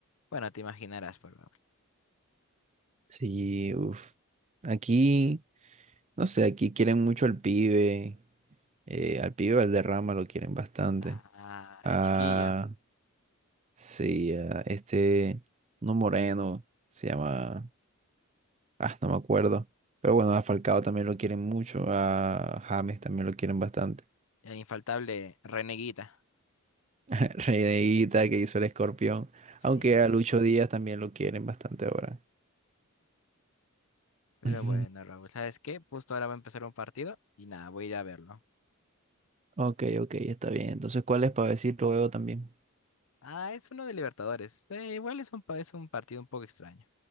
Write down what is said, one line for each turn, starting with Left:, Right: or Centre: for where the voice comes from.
Left: bueno, te imaginarás, pero...
Right: Sí, uff. Aquí, no sé, aquí quieren mucho al pibe. eh, al pibe Valderrama lo quieren bastante.
Left: Ah,
Right: Ah,
Left: el chiquillo.
Right: sí, a este, no moreno, se llama, ah, no me acuerdo. Pero bueno, a Falcao también lo quieren mucho, a James también lo quieren bastante.
Left: El infaltable Reneguita.
Right: <laughs> Reneguita que hizo el escorpión,
Left: Sí.
Right: aunque a Lucho Díaz también lo quieren bastante ahora.
Left: Pero
Right: <laughs>
Left: bueno, Raúl, ¿sabes qué? Justo ahora va a empezar un partido y nada, voy a ir a verlo.
Right: Ok, ok, está bien. Entonces, ¿cuál es para decir luego también?
Left: Ah, es uno de Libertadores. Eh, igual es un, pa- es un partido un poco extraño.